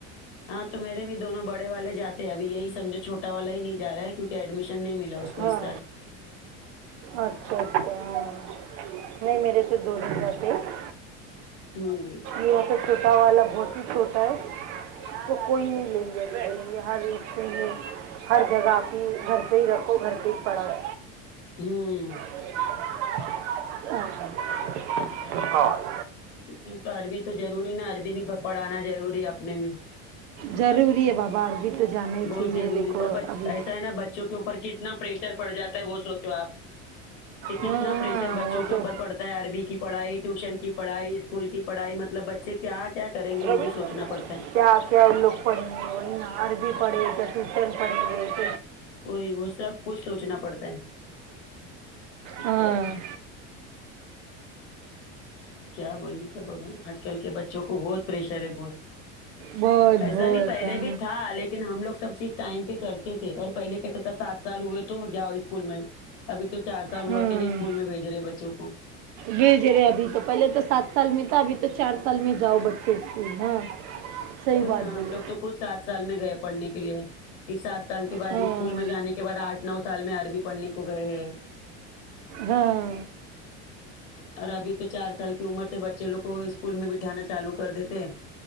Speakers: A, on the left; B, on the right.
A: ہاں تو میرے بھی دونوں بڑے والے جاتے ہے اب یہی سمجھو چھوٹا والا ہی نہیں جا رہا ہے کیونکے ایڈمیشن نہیں ملا اس کو
B: ہاں
A: کو اس سال
B: اچھا اچھا ہاں نہیں میرے تودونو جاتے ہے
A: امم
B: یہ ایسے چھوٹا والا بہت ہی چھوٹا ہے اس کو کوئی نہیں لیں گےلیں گے ہر ایک سے نے ہر جگہ اپنی گھر پہ ہی رکھو گھر پہ ہی پڑھاؤ
A: امم
B: ہ <unintelligible>
A: کیونکہ عربی تو ضروری نے عربی میں پڑھانا ضروری ہے اپنے میں
B: جروری ہے بابا عربی تو جانا ہی
A: بہت
B: چاہیے
A: ضروری
B: دیکھو
A: ہے پر
B: ابھی
A: ایسا ہے نا بچوں کے اوپر کتنا پریشر پڑ جاتا ہے وہ سوچو آپ کیونکہ
B: ہاں
A: کتنا پریشر
B: ہاں،
A: بچوں
B: وہ
A: کے
B: تو
A: اوپر پڑتا ہے عربی کی پڑھائی ٹیوشن کی پڑھائی اسکول کی پڑھائی مطلب بچے کیا کیا کریں گے وہ
B: ربی
A: بھی سوچنا پڑتا ہے
B: کیا کیا یہ لوگ پڑھیں گے عربی پڑھیں گے کیا ٹیوشن پڑھیں گے
A: وہی وہ سب کچھ سوچنا پڑتا ہے
B: ہاں
A: کیا بولنے کا بولو آج کل کے بچوں کو بہت پریشر ہے بہت
B: بہت
A: ایسا
B: بہت
A: نہیں پہلے
B: ہاں
A: بھی تھا لیکن لیکن ہم لگ سب چیز ٹائم پہ کرتے تھے اور پہلے کہ تھا سات سال ہوئے تو جاؤ اسکول میں ابھی تو چار سال ہوا
B: ہوں
A: کہ نہیں اسکول میں بھیج رہے بچوں کو
B: بھیج رہے ابھی تو پہلے تو سات سال میں تھا ابھی تو چار سال میں جاؤ بچے اسکول ہاں صحیح
A: وہ ہی
B: بات
A: نا
B: بولی
A: ہم لوگ تو خود سات سال میں گئے پڑھنے کے لیے کہ سات سال کے بعد
B: ہاں
A: اسکول میں جانے کے بد آٹھ نو سال میں عربی پڑھنے کو گئے ہیں
B: ہاں
A: اور ابھی تو چار سال کی عمر تھے بچے لوگ کو اسکول میں بٹھانا چالو کر دیتے ہیں